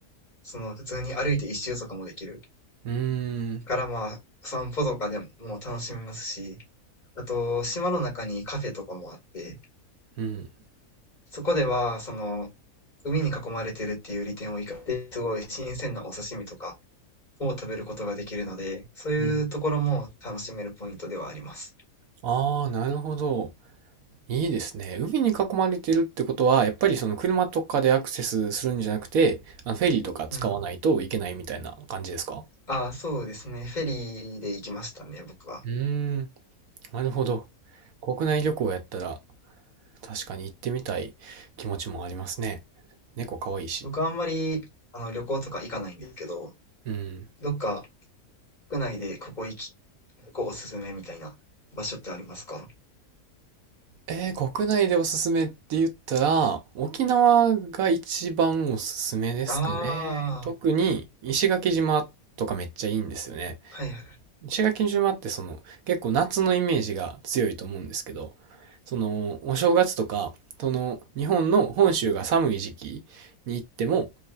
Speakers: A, on the left (about 30°); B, on the right (about 75°).
A: その普通に歩いて一周とかもできる。
B: うーん。
A: からまあ、散歩とかでももう楽しめますし、あと、島の中にカフェとかもあって、
B: うん。
A: そこでは、その、海に囲まれてるっていう利点を生かして、すごい新鮮なお刺身とか、を食べることができるので、そういうところも楽しめるポイントではあります。
B: うんああ、なるほど。いいですね。海に囲まれてるってことは、やっぱりその車とかでアクセスするんじゃなくて、あのフェリーとか使わないといけないみたいな感じですか
A: うん。ああ、そうですね。フェリーで行きましたね、僕は。
B: うーん、なるほど。国内旅行やったら、確かに行ってみたい気持ちもありますね。猫可愛いし。
A: 僕はあんまり、あの、旅行とか行かないんですけど、
B: うん。
A: どっか国内でここ行き、ここおすすめみたいな場所ってありますか
B: えー、国内でおすすめって言ったら、沖縄が一番おすすめですかね。
A: ああ、
B: 特に石垣島とかめっちゃいいんですよね。
A: はいはい。
B: 石垣島ってその結構夏のイメージが強いと思うんですけど、そのお正月とか、その日本の本州が寒い時期に行っても、